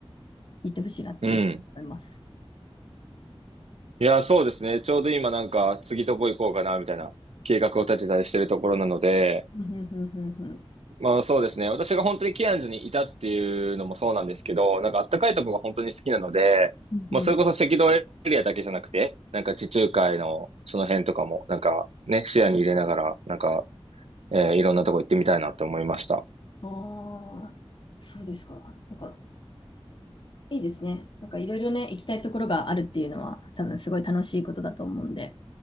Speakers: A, on the left; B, on the right.
A: 行ってほしいなっていう思います。
B: い。うん。いや、そうですね。ちょうど今なんか、次どこ行こうかな、みたいな計画を立てたりしてるところなので、
A: うんうんうんうんうん。
B: まあそうですね。私が本当にケアンズにいたっていうのもそうなんですけど、なんかあったかいとこが本当に好きなので、
A: うんうん。
B: まあそれこそ赤道エリアだけじゃなくて、なんか地中海のその辺とかも、なんかね、視野に入れながら、なんか、えーいろんなとこ行ってみたいなと思いました。
A: ああ、そうですか。なんか、いいですね。なんかいろいろね、行きたいところがあるっていうのは、多分すごい楽しいことだと思うんで、